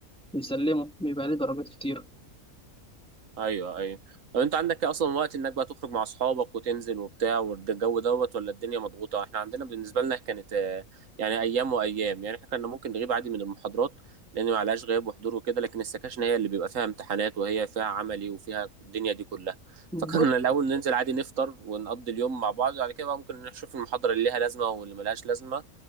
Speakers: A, in the centre; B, on the right.
A: بنسلمه بيبقى عليه درجات كتيرة
B: ايوه ايوه طب انت عندك اصلا وقت انك بقى تخرج مع اصحابك وتنزل وبتاع والجو دوت ولا الدنيا مضغوطه احنا عندنا بالنسبه لنا كانت آه، يعني ايام وايام يعني احنا كنا ممكن نغيب عادي من المحاضرات لان ما عليهاش غياب وحضور وكده لكن السكاشن هي اللي بيبقى فيها امتحانات وهي فيها عملي وفيها الدنيا دي كلها
A: بص
B: فكنا الاول ننزل عادي نفطر ونقضي اليوم مع بعض بعد كده بقى ممكن نشوف المحاضره اللي ليها لازمه واللي ملهاش لازمه